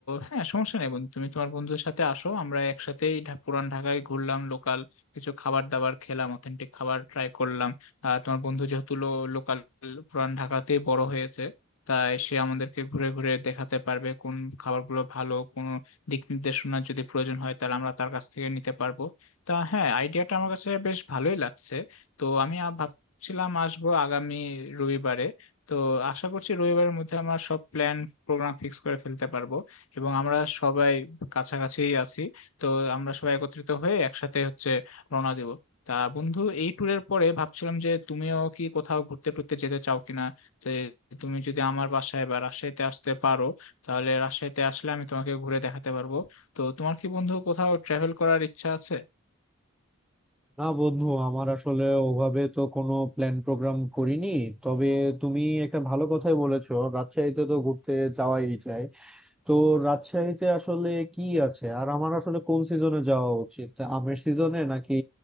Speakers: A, on the left (about 85°); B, in the centre.
A: হ্যাঁ সমস্যা নেই বন্ধু তুমি তোমার বন্ধুদের সাথে আসো আমরা একসাথেই ঢা- পুরান ঢাকায় ঘুরলাম লোকাল কিছু খাবার দাবার খেলাম অথেন্টিক খাবার ট্রাই করলাম আর তোমার বন্ধু যেহেতু লোকাল পুরান ঢাকাতে বড় হয়েছে তাই সে আমাদেরকে ঘুরে ঘুরে দেখাতে পারবে কোন খাবারগুলো ভালো কোন দিক নির্দেশনা যদি প্রয়োজন হয় তাহলে আমরা তার কাছ থেকে নিতে পারবো তা হ্যাঁ আইডিয়াটা আমার কাছে বেশ ভালোই লাগছে তো আমি আ- ভাবছিলাম আসবো আগামী রবিবারে তো আশা করছি রবিবারের মধ্যে আমার সব প্ল্যান প্রোগ্রাম ফিক্স করে ফেলতে পারবো এবং আমরা সবাই কাছাকাছি আছি তো আমরা সবাই একত্রিত হয়ে একসাথে হচ্ছে রওনা দিব তা বন্ধু এই ট্যুরের পরে ভাবছিলাম যে তুমিও কি কোথাও ঘুরতে টুরতে যেতে চাও কিনা যে তুমি যদি আমার বাসায় বা রাজশাহীতে আসতে পারো তাহলে রাজশাহীতে আসলে আমি তোমাকে ঘুরে দেখাতে পারবো তো তোমার কি বন্ধু কোথাও ট্রাভেল করার ইচ্ছা আছে
B: না বন্ধু আমার আসলে ওভাবে তো কোনো প্ল্যান প্রোগ্রাম করিনি তবে তুমি একটা ভালো কথাই বলেছো রাজশাহীতে তো ঘুরতে যাওয়াই যায় তো রাজশাহীতে আসলে কি আছে আর আমার আসলে কোন সিজনে যাওয়া উচিত আমের সিজনে নাকি